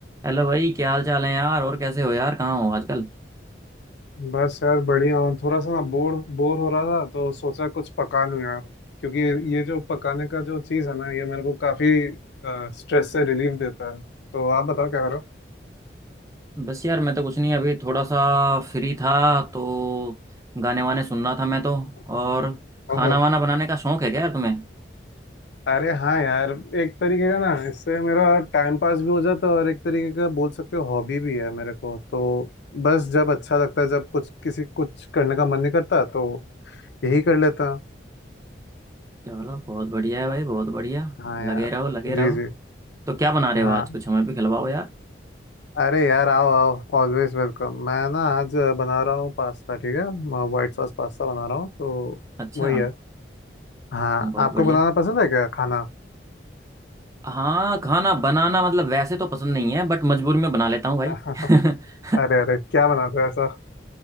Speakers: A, on the right; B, on the left.
A: Hello भाई क्या हाल चाल है यार और कैसे हो यार कहाँ हो आजकल
B: बस यार बढ़िया हूँ थोड़ा सा ना बोर बोर हो रहा था तो सोचा कुछ पका लूँ यार क्योंकि ये जो पकाने का जो चीज़ है ना ये मेरे को काफ़ी स्ट्रेस से रिलीफ देता है तो आप बताओ क्या करो
A: बस यार मैं तो कुछ नहीं अभी थोड़ा सा फ्री था तो गाने वाने सुन रहा था मैं तो और
B: हाँ।
A: खाना
B: ओहो
A: वाना बनाने का शौक है क्या यार तुम्हें
B: अरे हाँ यार एक तरीके का ना इससे मेरा टाइम पास भी हो जाता है और एक तरीके का बोल सकते हो हॉबी भी है मेरे को तो बस जब अच्छा लगता है जब कुछ किसी कुछ करने का मन नहीं करता तो यही कर लेता
A: चलो बहुत बढ़िया है भाई बहुत बढ़िया
B: हाँ
A: लगे
B: यार
A: रहो लगे रहो
B: जी जी
A: तो क्या बना रहे
B: हाँ
A: हो आज कुछ हमें भी खिलवाओ यार
B: अरे यार आओ आओ ऑलवेज वेलकम मैं ना आज बना रहा हूँ पास्ता ठीक है व्हाइट सॉस पास्ता बना रहा हूँ तो
A: अच्छा
B: वही है हाँ
A: बहुत
B: आपको
A: बढ़िया
B: बनाना पसंद है क्या खाना
A: हाँ खाना बनाना मतलब वैसे तो पसंद नहीं है बट मजबूरी में बना लेता हूँ भाई
B: <laughs>
A: <laughs>
B: अरे अरे क्या बनाते हो ऐसा